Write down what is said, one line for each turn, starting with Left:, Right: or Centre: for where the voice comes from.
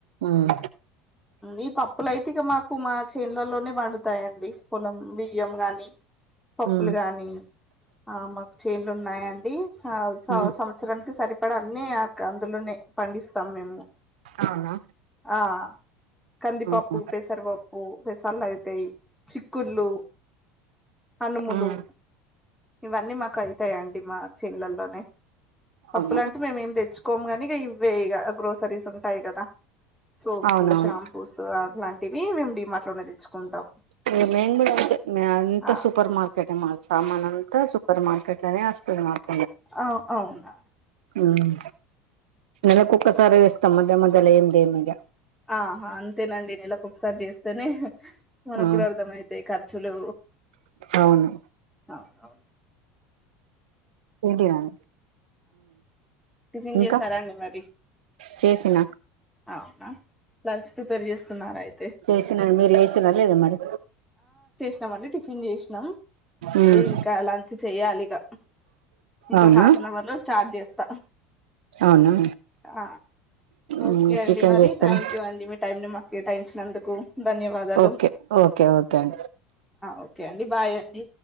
Right: ఉమ్
Centre: ఈ పప్పుల అయితే ఇక మాకు మా చేన్లలోనే పండుతాయండి పొలం బియ్యం గాని పప్పులు
Right: ఉమ్
Centre: గాని ఆ మాకు చి చెన్లు ఉన్నాయండి ఆ సంవ
Right: ఉమ్
Centre: సంవత్సరానికి సరి ఇక్కడ అన్ని ఆ ఇక అందులోనే పండిస్ తం మేము
Right: అవునా
Centre: ఆ కంది
Right: ఉహు
Centre: పప్పు పేసర పప్పు పెసళ్లు అయితై చిక్కుళ్ళు అనుములు
Right: ఉమ్
Centre: ఇవన్నీ మాకు అయితయండి మా చేన్లల్లోనే పప్పులు
Right: అవును
Centre: అంటే మేమేమి తెచ్చు కొముగని ఇవ్వే ఇగా గ్రోసరీస్ ఉంటాయి కదా సోప్స్
Right: అవునవును
Centre: షాంపూస్ అవి ఇలాంటివి మేము డీమాట్లోనే తెచ్చుకుంటాం
Right: ఇంగా మేం కూడా అంతే మేం అంత
Centre: ఆ
Right: సూపర్ మార్కెట్టే మది సమాన్ అంతా సూపర్ మార్కెట్ ఇట్లనే వస్తది మాకు
Centre: అ అవునా
Right: హ్మ్ నెలకు ఒక్కసారే తేస్తాం మధ్య మధ్యలో ఏం తేమ్ ఇగ
Centre: ఆహా అంతేనండి నెలకొసారి చేస్తేనే మనకు
Right: ఆ
Centre: కూడా అర్థమైతాయి ఖర్చులు
Right: అవును
Centre: అవును
Right: ఏంటి రండి
Centre: టిఫిన్
Right: ఇంకా
Centre: చేసారా అండి మరి?
Right: చేసిన
Centre: అవునా లంచ్ ప్రిపేర్ చేస్తున్నారా అయితే
Right: చేసినను మీరు లె తినలేదా మరి
Centre: ఇ <unintelligible> టిఫిన్ చేసినాం
Right: ఉమ్
Centre: ఇంకా లాంచి చెయ్యాలి ఇక ఇంకా
Right: అవునా
Centre: హాఫ్ అన్ అవర్ లో స్టార్ట్ చేస్త
Right: అవునా
Centre: త ఓకే
Right: ఉమ్
Centre: అండి
Right: చికెన్
Centre: మరి
Right: చేస్తారా
Centre: థ్యాంక్ యూ అండి మీ టైంని మాకు కేటాయించినందుకు ధన్యవాదాలు.
Right: ఓకే ఓకే ఓకే తం
Centre: ఓకే అండి బాయ్ అండి